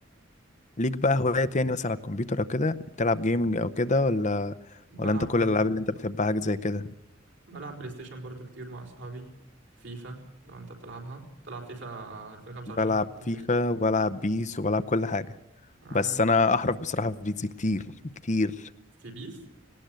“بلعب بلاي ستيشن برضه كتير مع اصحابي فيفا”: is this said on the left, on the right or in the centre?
Right